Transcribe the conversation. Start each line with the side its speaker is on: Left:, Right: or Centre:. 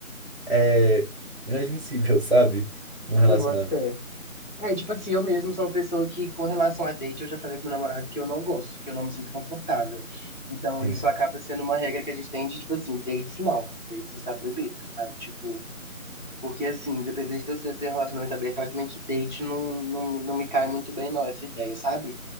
Right: é inadmissível, <laughs> sabe? Num relacionamento.
Left: eu boto fé. É, tipo assim, eu mesmo sou uma pessoa que, com relação a date, eu já falei com meu namorado que eu não gosto, que eu não me sinto confortável. Então,
Right: Sim,
Left: isso acaba sendo uma regra que a gente tem de, tipo assim, dates não, dates está proibido, sabe? Tipo, Porque, assim, independente de você ter um relacionamento aberto, eu acho também que date não, não, não me cai muito bem, não, essa ideia, sabe?